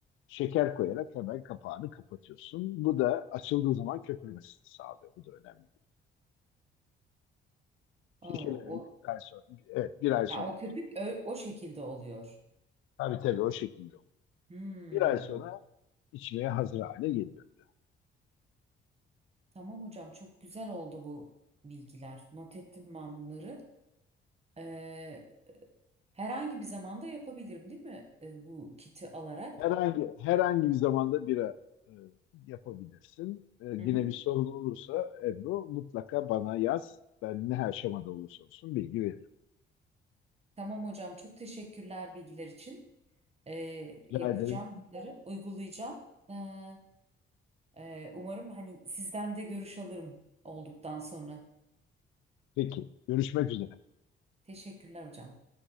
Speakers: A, on the left; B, on the right.
A: şeker koyarak hemen kapağını kapatıyorsun. Bu da açıldığı zaman köpürmesini sağlıyor. Bu da önemli.
B: Oo,
A: Şişeleri
B: o,
A: bir ay sonra, evet bir ay sonra
B: ya o köpük ö- o şekilde oluyor.
A: Tabii tabii o şekilde oluyor.
B: Hmm.
A: Bir ay sonra içmeye hazır hale geliyor bira.
B: Tamam hocam çok güzel oldu bu bilgiler. Not ettim ben bunları. Ee, herhangi bir zamanda yapabilirim değil mi Ee, bu kiti alarak?
A: Herhangi herhangi bir zamanda bira e, yapabilirsin. E, yine
B: Hı hı.
A: bir sorun olursa Ebru mutlaka bana yaz. Ben ne aşamada olursa olsun bilgi veririm.
B: Tamam hocam çok teşekkürler bilgiler için. Ee,
A: Rica
B: yapacağım
A: ederim.
B: bunları, uygulayacağım. Ee, e, umarım hani sizden de görüş alırım olduktan sonra.
A: Peki. Görüşmek üzere.
B: Teşekkürler hocam.